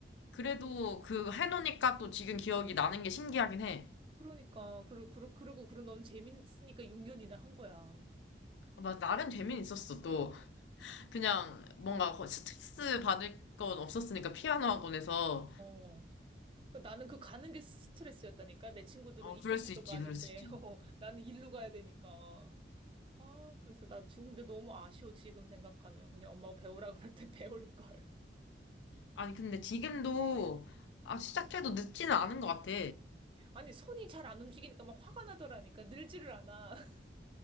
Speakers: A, on the left (about 80°); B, on the right (about 30°).
A: 그래도 그 해놓으니까 또 지금 기억이 나는 게 신기하긴 해.
B: 그러니까. 그리고, 그리고, 그리고, 그리고 넌 재밌으니까 6년이나 한 거야.
A: 막 나름 재미는 있었어, 또. 그냥 뭔가 거- 스트레스 받을 건 없었으니까, 피아노 학원에서.
B: 어. 그러니까 나는 그 가는 게 스트레스였다니까. 내 친구들은
A: 어,
B: 이쪽
A: 그럴 수
B: 길로
A: 있지,
B: 가는데,
A: 그럴 수 있지.
B: <laughs> 어, 나는 일로 가야 되니까. 아, 그래서 나 지금 근데 너무 아쉬워, 지금 생각하면. 그냥 엄마가 배우라 그럴 때 <laughs> 배울 걸.
A: 아니, 근데 지금도, 아, 시작해도 늦지는 않은 것 같아.
B: 아니, 손이 잘 안 움직이니까 막 화가 나더라니까. 늘지를 않아. <laughs>